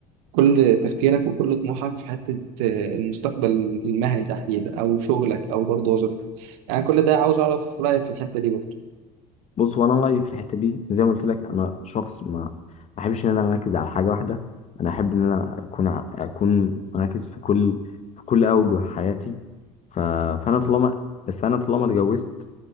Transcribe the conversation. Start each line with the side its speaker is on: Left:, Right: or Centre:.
Right: كل تفكيرك وكل طموحك في حتة آه، المستقبل المهني تحديدا أو شغلك أو برضو وظيفتك يعني كل ده عاوز أعرف رأيك في الحتة دي برضو
Left: بص هو انا رايي في الحته دي زي ما قلت لك انا شخص ما ما بحبش ان انا اركز على حاجه واحده انا احب ان انا اكون ع- اكون مركز في كل في كل اوجه حياتي ف... فانا طالما بس انا طالما اتجوزت